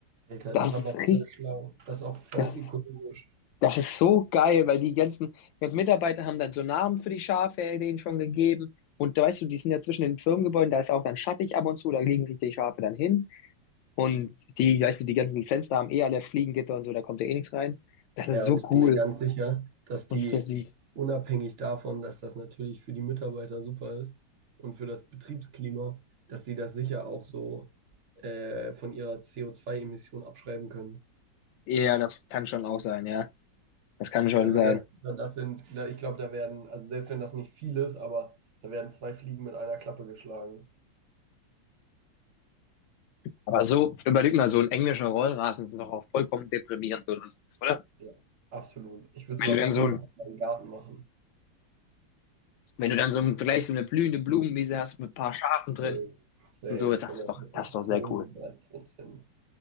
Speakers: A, on the right (about 45°); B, on the left (about 80°).
A: Alter,
B: Das
A: das ist aber
B: ist richtig,
A: voll schlau. Das ist auch voll
B: das,
A: ökologisch.
B: das ist so geil, weil die ganzen, ganzen Mitarbeiter haben dann so Namen für die Schafe denen schon gegeben. Und da weißt du, die sind ja zwischen den Firmengebäuden, da ist auch dann schattig ab und zu, da legen sich die Schafe dann hin. Und die, weißt du, die ganzen Fenster haben eh alle Fliegengitter und so, da kommt ja eh nichts rein. Das ist
A: Ja,
B: so
A: und ich bin
B: cool
A: mir ganz sicher, dass die
B: und so süß.
A: unabhängig davon, dass das natürlich für die Mitarbeiter super ist und für das Betriebsklima, dass die das sicher auch so äh, von ihrer co zwei emission abschreiben können.
B: Ja, das kann schon auch sein, ja. Das kann schon
A: Also
B: sein.
A: das, das sind, da- ich glaube, da werden, also selbst wenn das nicht viel ist, aber da werden zwei Fliegen mit einer Klappe geschlagen.
B: Aber so, überleg mal, so ein englischer Rollrasen ist doch auch vollkommen deprimierend oder so, oder?
A: Ja, absolut. Ich würde
B: Wenn
A: sowas
B: du dann
A: auch
B: so
A: niemals
B: ein,
A: in meinem Garten machen.
B: wenn du dann so ein, gleich so eine blühende Blumenwiese hast mit ein paar Schafen drin
A: Safe, Safe,
B: und so, das
A: 100%,
B: ist doch, das ist doch
A: 200%.
B: sehr cool.